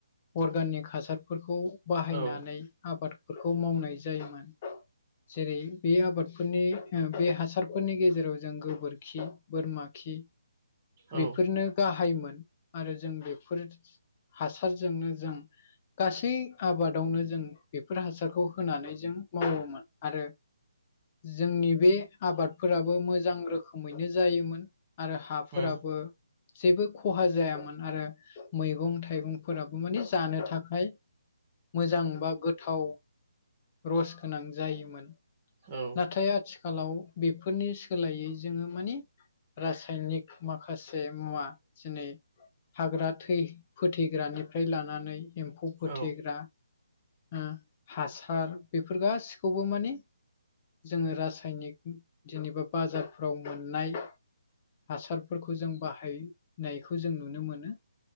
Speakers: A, on the left; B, on the right.
A: अर्गानिक हासारफोरखौ बाहायनानै
B: औ
A: आबादफोरखौ मावनाय जायोमोन। जेरै बे आबादफोरनि बे हासारफोरनि गेजेराव जों गोबोरखि बोरमा खि
B: औ
A: बेफोरनो गाहायमोन आरो जों बेफोर फोरजोंनो जों गासै आबादावनो जों बेफोर हासारखौ होनानै जों मावोमोन आरो जोंनि बे आबादफोराबो मोजां रोखोमैनो जायोमोन आरो हा हाफोराबो
B: उम
A: जेबो खहा जायामोन आरो मैगं थाइगं फोराबो माने जानो थाखाय मोजां बा गोथाव रस गोनां जायोमोन
B: औ
A: नाथाय आथि खालाव बेफोरनि सोलायै जोङो माने रासायनिक माखासे मुवा जनै हाग्रा थै फोथै ग्रानिफ्राय लानानै एम्फौ फोथेग्रा
B: औ
A: हा हासार बेफोर गासिखौबो माने जोङो रासायनिक जेनेबा बाजारफ्राव मोननाय हासारफोरखौ जों बाहायनायखौ जों नुनो मोनो